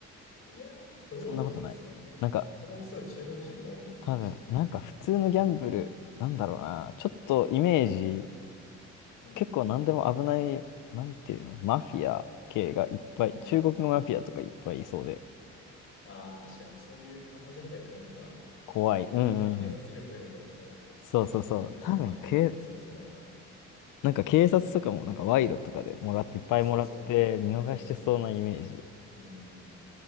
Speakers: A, on the left (about 45°); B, on the left (about 85°).
A: いや、どうなんですかね。
B: そんなことない。なんか、
A: そこもすごい中国人が多いって言ってました。
B: 多分、なんか普通のギャンブル、
A: うん。
B: なんだろうな、ちょっとイメージ、
A: うん。
B: 結構何でも危ない、なんていうの、マフィア系がいっぱい、
A: うん。
B: 中国のマフィアとかいっぱいいそうで、
A: ああ、確かにそういうカンボジアみたいな国だったら、
B: 怖い。
A: 国のね、
B: うんうんうん。
A: 警察力よりも、そう、
B: そうそうそう。
A: 現地のそういうマフィアとか強そうだから、
B: 多分、け、なんか警察とかもなんか賄賂とかでもらって、
A: ういそうそう、
B: いっぱいもらって見逃してそうなイメージ。
A: 食い込めないし、うん。